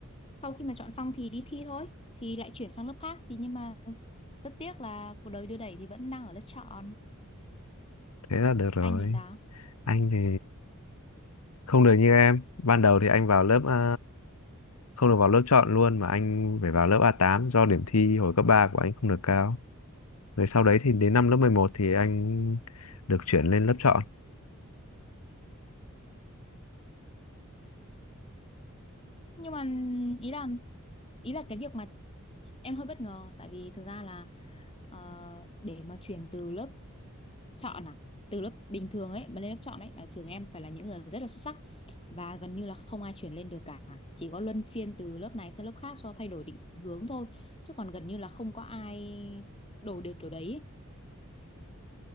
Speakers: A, on the left (about 25°); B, on the left (about 85°).
A: sau khi mà chọn xong thì đi thi thôi thì lại chuyển sang lớp khác thì nhưng mà rất tiếc là cuộc đời đưa đẩy thì vẫn đang ở lớp chọn
B: thế là được rồi.
A: anh thì sao
B: Anh thì không được như em. Ban đầu thì anh vào lớp à, không được vào lớp chọn luôn mà anh phải vào lớp A8 do điểm thi hồi cấp 3 của anh không được cao. Rồi sau đấy thì đến năm lớp 11 thì anh được chuyển lên lớp chọn.
A: nhưng mà ý là ý là cái việc mà em hơi bất ngờ tại vì thực ra là ờ, để mà chuyển từ lớp chọn à từ lớp bình thường ấy mà lên lớp chọn ấy là trường em phải là những người rất là xuất sắc và gần như là không ai chuyển lên được cả chỉ có luân phiên từ lớp này sang lớp khác do thay đổi định hướng thôi chứ còn gần như là không có ai đổ được kiểu đấy ấy.